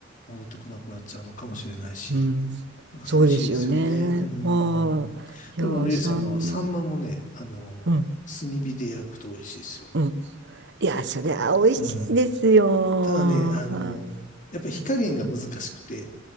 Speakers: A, on the left (about 40°); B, on the right (about 60°).
A: 戻ってこなくなっちゃうのかもしれないし、
B: うん。
A: なんか寂しいですよね。
B: そうですよね。
A: うん。
B: はい。
A: でもあれですよ、
B: いやー、サンマ、
A: あの、サンマもね、あの、
B: うん、
A: 炭火で焼くと美味しいですよ。
B: うん。いやー、それは美味しいですよ。
A: うん。ただね、あの、
B: はい。
A: やっぱり火加減が難しくて、